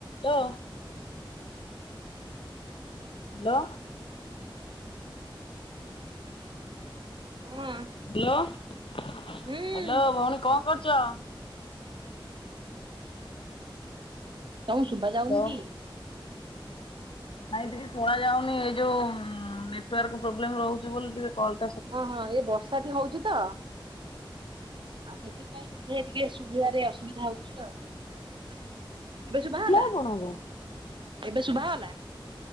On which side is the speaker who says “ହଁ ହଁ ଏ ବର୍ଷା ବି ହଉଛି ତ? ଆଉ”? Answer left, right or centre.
Right